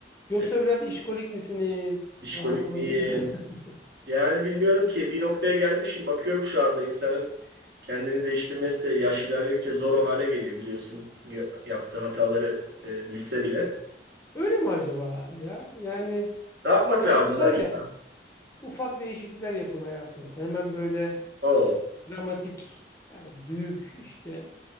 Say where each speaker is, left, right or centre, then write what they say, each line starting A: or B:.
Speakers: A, on the left; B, on the right.
A: Yoksa
B: E,
A: biraz işkolik misiniz
B: işkolik
A: falan olabilir
B: miyim?
A: mi? <laughs>
B: Yani bilmiyorum ki. Bir noktaya gelmişim. Bakıyorum şu anda insanın kendini değiştirmesi de yaş ilerledikçe zor o hale geliyor biliyorsun. Gö- Yaptığı hataları e, bilse bile.
A: Öyle mi acaba abi ya? Yani
B: Ne yapmak
A: hani
B: lazım
A: diyorlar
B: da acaba?
A: ya ufak değişiklikler yapın hayatınızda. Hemen böyle
B: Oo,
A: dramatik yani büyük işte